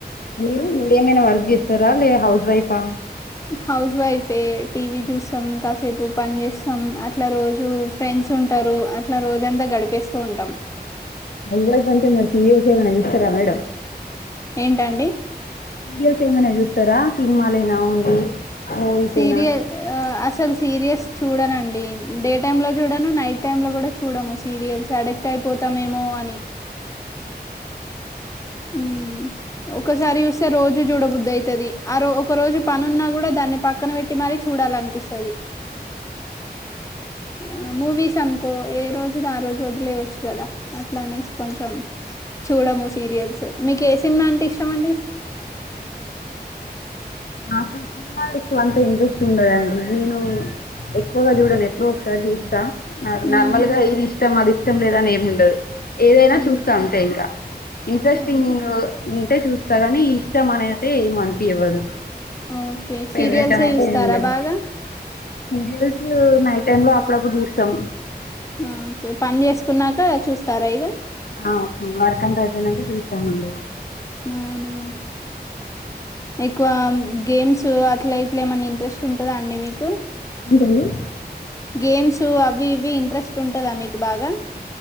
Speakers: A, on the left; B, on the left.
A: మీరు మీరు ఏమైనా వర్క్ చేస్తారా లేద హౌస్ వైఫా
B: హౌస్ వైఫే టీవీ చూస్తాం కాసేపు పని చేస్తాం అట్లా రోజు ఫ్రెండ్స్ ఉంటారు అట్ అట్లా రోజంతా గడిపేస్తూ ఉంటాం.
A: హౌస్ వైఫ్ అంటే మీరు సీరియల్స్ ఏమైనా చూస్తారా మేడం
B: ఏంటండి
A: సీరియల్స్ ఏమన్నా చూస్ చూస్తారా సినిమాలైనా ఓన్లీ మూవీసేనా
B: సీరియల్ ఆ అసలు సీరియస్ చూడనండి డే టైమ్ లో చూడను నైట్ టైమ్ లో కూడా చూడము సీరియల్స్ అడిక్ట్ అయిపోతామేమో అని ఊ ఒక్కసారి చూస్తే రోజు చూడబుద్దయితది ఆ ఒక రోజు పని ఉన్నా కూడాదాన్ని పక్కన పెట్టి మరీ చూడాలనిపిస్తది ఆ మూవీస్ అనుకో ఏ రోజుది ఆ రోజు వదిలేయవచ్చు కదా అట్లా అనేసి కొంచెం చూడము సీరియల్స్ మీకు ఏ సినిమా అంటే ఇష్టమండి.
A: నాకు సినిమాలు ఎక్కువ అంత ఇంట్రెస్ట్ ఉండదండి. నేను ఎక్కువగా చూడను ఎప్పుడో ఒకసారి చూస్తా నాది
B: హ్మ్
A: నార్మల్గా ఇది ఇష్టం అది ఇష్ ఇష్టం లేదని ఏమ్ ఉండదు. ఏదైనా
B: హ్మ్
A: చూస్తా అంతే ఇంకా ఇంట్రెస్టింగు
B: హ్మ్.
A: ఉంటే చూస్తా కాని ఇష్టం అనేతే ఏమ్ అనిపివ్వదు.
B: ఓకే
A: పెళ్లియితే
B: సీరియల్సే
A: నుంచీ
B: చూస్తారా
A: ఏం ఉండదూ
B: బాగా?
A: ఇంట్రెస్ట్ నైట్ టైమ్ లో అప్పుడప్పుడు చూస్తాం.
B: ఊ ఓకే పని చేస్ చేసుకన్నాక చూస్తారా ఇగ
A: ఆ వర్క్ అంత అయిపోయినాక చూస్తా మండి.
B: అవునా! ఎక్కువ గేమ్స్ అట్ల ఇట్లా ఏమన్నా ఇంట్రెస్ట్ ఉంటదా అండి మీకు
A: ఏంటండి
B: గేమ్స్ అవి ఇవి ఇవి ఇంట్రెస్ట్ ఉంటదా మీకు బాగా